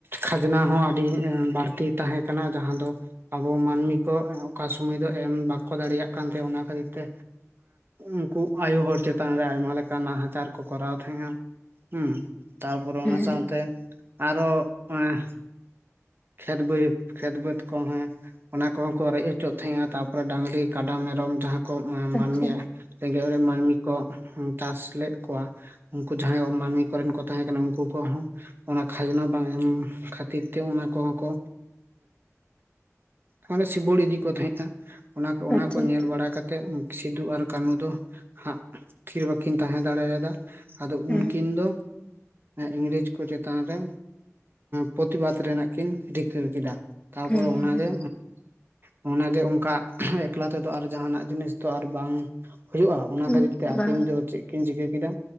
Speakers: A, on the right (about 45°); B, on the left (about 20°).
A: ᱠᱷᱟᱡᱽᱱᱟ ᱦᱚᱸ ᱟᱹᱰᱤ ᱵᱟᱹᱲᱛᱤ ᱛᱟᱦᱮᱸ ᱠᱟᱱᱟ ᱡᱟᱦᱟᱸ ᱫᱚ ᱟᱵᱚ ᱢᱟᱹᱱᱢᱤ ᱠᱚ ᱚᱠᱟ ᱥᱩᱢᱟᱹᱭ ᱫᱚ ᱮᱢ ᱵᱟ ᱠᱚ ᱫᱟᱲᱮᱭᱟᱜ ᱠᱟᱱ ᱛᱮᱸ ᱚᱱᱟ ᱠᱷᱟᱹᱛᱤᱨ ᱛᱮ ᱩᱱᱠᱩ ᱟᱭᱩ ᱦᱚᱲ ᱪᱮᱛᱟᱱ ᱨᱮ ᱟᱭᱢᱟ ᱞᱮᱠᱟᱱ ᱱᱟᱦᱟᱪᱟᱨ ᱠᱚ ᱠᱚᱨᱟᱣ ᱛᱟᱦᱮᱸᱟ ᱦᱮᱸ ᱛᱟᱨᱯᱚᱨᱮ
B: ᱦᱮᱸ
A: ᱚᱱᱟ ᱥᱟᱶᱛᱮ
B: ᱦᱮᱸ
A: ᱟᱨᱦᱚ ᱮ ᱠᱷᱮᱛ ᱵᱟᱹᱭ ᱠᱷᱮᱛ ᱵᱟᱹᱫᱽ ᱠᱚ ᱦᱮᱸ ᱚᱱᱟ ᱠᱚᱦᱚᱸ ᱠᱚ ᱨᱮᱡ ᱦᱚᱪᱚᱜ ᱛᱟᱦᱮᱸᱜᱼᱟ ᱛᱟᱯᱚᱨᱮ ᱰᱟᱝᱨᱤ ᱠᱟᱰᱟ ᱢᱮᱨᱚᱢ ᱡᱟᱦᱟᱸ ᱠᱚ ᱢᱟᱹᱱᱢᱤᱭᱟᱜ
B: ᱟᱪᱪᱷᱟ
A: ᱨᱮᱸᱜᱮᱡ ᱚᱨᱮᱡ ᱢᱟᱹᱱᱢᱤ ᱠᱚ ᱪᱟᱥ ᱞᱮᱫ ᱠᱚᱣᱟ ᱩᱱᱠᱩ ᱡᱟᱦᱟᱸᱭ ᱢᱟᱹᱱᱢᱤ ᱠᱚᱨᱮᱱ ᱠᱚ ᱛᱟᱦᱮᱸ ᱠᱟᱱᱟ ᱩᱱᱠᱩ ᱠᱚᱦᱚᱸ ᱠᱷᱟᱡᱽᱱᱟ ᱵᱟᱝ ᱮᱢ ᱠᱷᱟᱹᱛᱤᱨ ᱛᱮ ᱚᱱᱟ ᱠᱚᱦᱚᱸ ᱠᱚ ᱢᱟᱱᱮ ᱥᱤᱵᱩᱲ ᱤᱫᱤ ᱠᱚ ᱛᱟᱦᱮᱸᱫᱼᱟ ᱚᱱᱟ ᱚᱱᱟᱠᱚ
B: ᱟᱪᱪᱷᱟ ᱟᱪᱪᱷᱟ
A: ᱧᱮᱞ ᱵᱟᱲᱟ ᱠᱟᱛᱮᱫ ᱥᱤᱫᱩ ᱟᱨ ᱠᱟᱹᱱᱩ ᱫᱚ ᱦᱟᱸᱜ ᱛᱷᱤᱨ ᱵᱟᱠᱤᱱ ᱛᱟᱦᱮᱸ ᱫᱟᱲᱮᱭᱟᱫᱟ ᱟᱫᱚ
B: ᱦᱮᱸ
A: ᱩᱱᱠᱤᱱ ᱫᱚ ᱤᱝᱨᱮᱡᱽ ᱠᱚ ᱪᱮᱛᱟᱱ ᱨᱮ ᱯᱨᱚᱛᱤᱵᱟᱫᱽ ᱨᱮᱱᱟᱜ ᱠᱤᱱ ᱨᱤᱠᱟᱹ ᱠᱮᱫᱟ ᱛᱟᱯᱚᱨᱮ
B: ᱦᱮᱸ
A: ᱚᱱᱟᱜᱮ
B: ᱦᱮᱸ
A: ᱚᱱᱟᱜᱮ ᱚᱱᱠᱟ ᱮᱠᱞᱟ ᱛᱮᱫᱚ ᱟᱨ ᱡᱱᱟᱜ ᱡᱤᱱᱤᱥ ᱫᱚ ᱟᱨ ᱵᱟᱝ ᱦᱩᱭᱩᱜᱼᱟ ᱚᱱᱟ
B: ᱦᱮᱸ
A: ᱠᱷᱟᱹᱛᱤᱨ ᱛᱮ
B: ᱵᱟ
A: ᱟᱹᱠᱤᱱ ᱫᱚ ᱪᱮᱫ ᱠᱤᱱ ᱪᱤᱠᱟᱹ ᱠᱮᱫᱟ